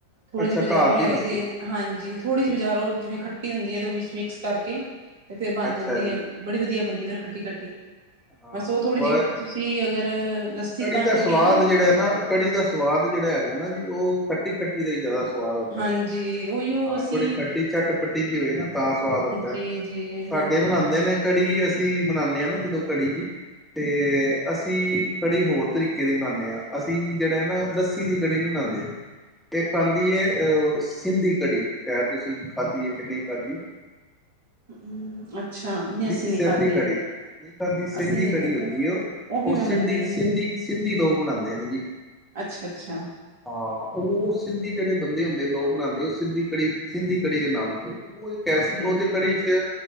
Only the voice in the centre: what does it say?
ਅੱਛਾ
ਘਰ
ਦੀ ਲੱਸੀ
ਅੱਛਾ
ਜੀ
ਹਾਂ
ਵ
ਕੜੀ
ਦਾ ਸਵਾਦ
ਜਿਹੜਾ ਨਾ ਕੜੀ ਦਾ ਸਵਾਦ ਜਿਹੜਾ ਹੈਗਾ ਨਾ ਜੀ ਉਹ ਖੱਟੀ ਖੱਟੀ ਦਾ ਹੀ ਜਿਆਦਾ ਸਵਾਦ ਆਉਂਦਾ
ਹਾਂ
ਥੋੜੀ ਖੱਟੀ ਝੱਟ ਪੱਟੀ ਜਿਹੀ ਹੋਵੇ ਨਾ ਤਾਂ ਸਵਾਦ ਆਉਂਦਾ
ਸਾਡੇ
ਬਣਾਉਂਦੇ ਨੇ ਕੜੀ ਅਸੀਂ ਬਣਾਉਂਦੇ ਹਾਂ ਨਾ ਜਦੋਂ ਕੜੀ ਜੀ ਅਤੇ ਅਸੀਂ ਕੜੀ ਹੋਰ ਤਰੀਕੇ ਦੀ ਮਨਾਉਂਦੇ ਹਾਂ ਅਸੀਂ ਜਿਹੜਾ ਹੈ ਨਾ ਲੱਸੀ ਦੀ ਕੜੀ ਨਹੀਂ ਮਨਾਉਂਦੇ ਤੇ ਖਾਂਦੀ ਹੈ ਅਹ ਸਿੰਧੀ ਕੜੀ ਸ਼ਾਇਦ ਤੁਸੀਂ ਖਾਧੀ ਹੈ। ਕਿ ਨਹੀਂ ਖਾਧੀ
ਸਹਿੰਦੀ
ਕੜੀ ਨਹੀਂ ਕਰਦੀ ਸਹਿੰਦੀ
ਕੜੀ
ਹੁੰਦੀ ਉਹ
ਉਹ ਸਿੰਧੀ
ਸਿੰਧੀ ਸਿੰਧੀ ਲੋਕ ਮਨਾਉਂਦੇ ਨੇ ਜੀ
ਹਾਂ ਉਹ ਸਿੰਧੀ ਜਿਹੜੇ ਬੰਦੇ ਹੁੰਦੇ ਲੋਕ ਬਣਾਉਂਦੇ ਉਹ ਸਿੰਧੀ ਕੜੀ ਸਿੰਧੀ ਕੜੀ ਦੇ ਨਾਮ ਤੋਂ ਉਹ ਕ ਸੀ
ਉਹਦੇ ਕੜੀ ਚ